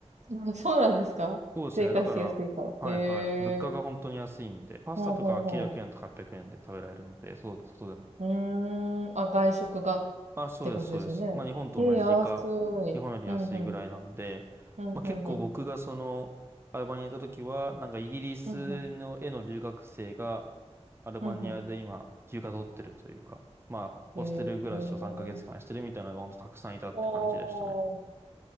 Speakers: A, on the right; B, on the right.
A: ん。あそうなんですか生活しやすいから。
B: そうですね。だから、はいはい。
A: へえ。
B: 物価が本当に安いんで、パスタとかは900円とか800円で食べられるので、
A: ほうほうほ
B: そう、外でも。
A: う。うーん。あ、外食がってことですよね。
B: あ、そうです、そうです。まあ、日本と同じか、
A: ええ、安い。
B: 日本より安いぐらいなんで、
A: うん、うん。うん、
B: まあ、結構僕がその、
A: うんうん。
B: アルバニアに行った時は、なんかイギリスの絵の留学生が、
A: うん、うん。
B: アルバニアで今、
A: うん、うん。
B: 休暇取ってるというか、まあ、ホステル暮らしを3ヶ月間してるみたいなのが本当たくさんいたって感じでしたね。
A: へえ。ほー。